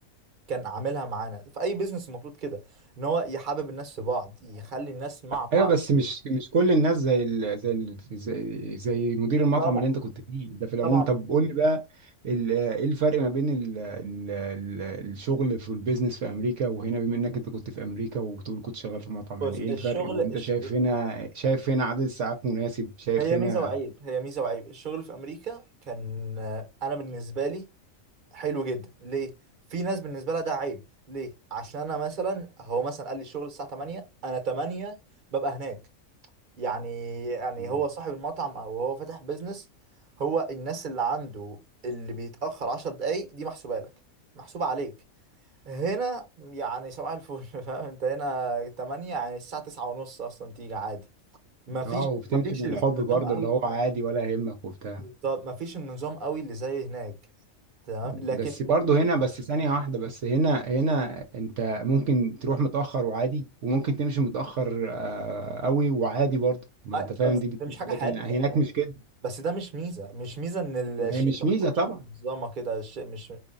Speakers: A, on the right; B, on the right.
A: كان عاملها معانا في اي بيزنس المفروض كده ان هو يحبب الناس في بعض يخلي الناس مع
B: ايوه
A: بعض
B: بس مش مش كل الناس زي ال... زي ال... زي زي مدير المطعم
A: طبعا
B: اللي انت كنت فيه ده في العموم
A: طبعا
B: طب قول لي بقى ال... ايه الفرق ما بين ال... ال... ال... الشغل في البيزنس في امريكا وهنا بما انك انت كنت في امريكا وبتقول كنت شغال في مطعم
A: بص
B: يعني ايه الفرق
A: الشغل
B: وانت
A: الش...
B: شايف هنا شايف هنا عدد الساعات مناسب شايف
A: هي
B: هنا
A: ميزه وعيب هي ميزه وعيب الشغل في امريكا كان آه، انا بالنسبه لي حلو جدا ليه في ناس بالنسبه لها ده عيب ليه عشان انا مثلا هو مثلا قال لي الشغل الساعه 8 انا 8 ببقى هناك يعني يعني
B: مم.
A: هو صاحب المطعم او هو فاتح بيزنس هو الناس اللي عنده اللي بيتاخر 10 دقايق دي محسوبه لك محسوبه عليك هنا يعني صباح الفل <laughs> فاهم انت هنا 8 يعني الساعه 9 ونص اصلا تيجي عادي مفيش
B: اه وبتمشي
A: مفيش
B: بالحب
A: النظام
B: برضه
A: قوي
B: اللي هو عادي ولا يهمك وبتاع
A: بالظبط مفيش النظام قوي اللي زي هناك تمام
B: بس
A: لكن
B: برضه هنا بس ثانية واحدة بس هنا هنا انت ممكن تروح متأخر وعادي وممكن تمشي متأخر آه، قوي وعادي برضه ما
A: أي-
B: انت فاهم
A: بس
B: دي بتقول
A: ده مش حاجة
B: إيه، لكن
A: حلوة
B: هناك
A: يعني
B: مش كده
A: بس ده مش ميزة مش ميزة إن الشركة
B: ما هي مش ميزة
A: ما تكونش
B: طبعا
A: منظمة كده الشيء مش